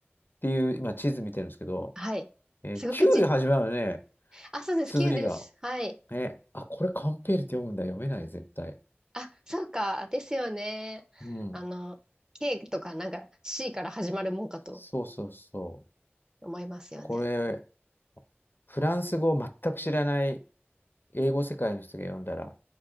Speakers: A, on the left (about 55°); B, on the right (about 15°).
A: っていう、今地図見てるんですけど、
B: はい。
A: えー
B: すごくち、
A: Q で始まるのね、
B: あ、そうです。
A: 綴りが。
B: Q です。はい。
A: え、あ、これカンペールって読むんだ。読めない、絶対。
B: あ、そうか。ですよね。
A: うん。
B: あの、K とかなんか C から始まるもんかと
A: そうそうそう。
B: 思いますよね。
A: これ、フランス語を全く知らない英語世界の人が読んだら、